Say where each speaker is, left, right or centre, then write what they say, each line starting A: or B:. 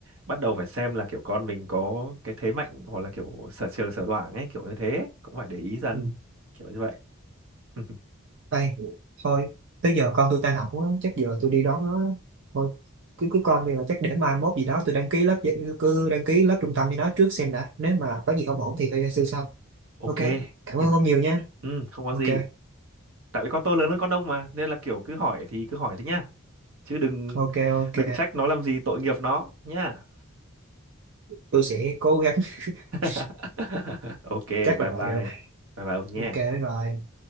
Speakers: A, on the right (about 70°); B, on the right (about 55°).
A: bắt đầu phải xem là kiểu con mình có cái thế mạnh hoặc là kiểu sở trường sở đoản ấy kiểu như thế ấy. Cũng phải để ý dần
B: ừ.
A: kiểu như vậy. <laughs>
B: Ê, thôi, tới giờ con tôi tan học á, chắc giờ tôi đi đón nó. Thôi, cứ cứ coi đi là chắc để mai mốt gì đó tôi đăng ký lớp dạy- cứ đăng ký lớp trung tâm với nó trước xem đã. Nếu mà có gì không ổn thì tôi sư sau.
A: Ok,
B: Ok, cảm
A: yên.
B: ơn ông nhiều nha.
A: Ừ, không có
B: Ok,
A: gì. Tại vì con tôi lớn hơn con ông mà nên là kiểu cứ hỏi thì cứ hỏi thế nhá. Chứ đừng
B: ok, ok.
A: đừng trách nó làm gì tội nghiệp nó nhá.
B: Tôi sẽ cố gắng. <laughs>
A: <laughs> Ok,
B: Chắc
A: bye
B: là vậy
A: bye.
B: rồi.
A: Bye bye ông nhé.
B: Ok, bye bye.